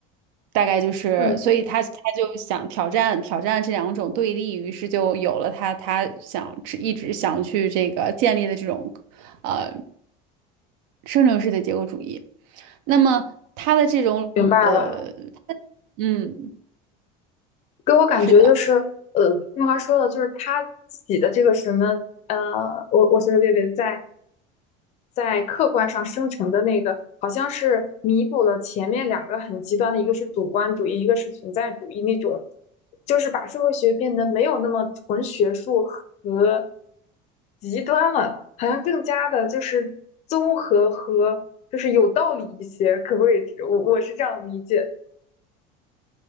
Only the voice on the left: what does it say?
嗯
明白了。
给我感觉就是，
呃，听华说的，就是他自己的这个什么，呃，我我随得便便在在客观上生成的那个，好像是弥补了前面两个很极端的，一个是主观主义，一个是存在主义那种，就是把社会学变得没有那么纯学术和极端了，好像更加的就是综合和就是有道理一些，可不可以？我我是这样理解的